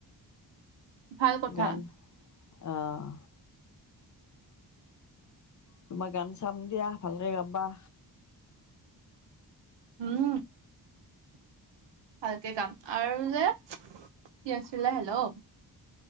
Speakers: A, on the right; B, on the left.
A: ভাল কথা
B: গান আহ। তোমাৰ গান চাম দিয়া ভালকে গাবা।
A: উম। ভালকে গাম, আৰু যে কি আছিলে হেল্ল''।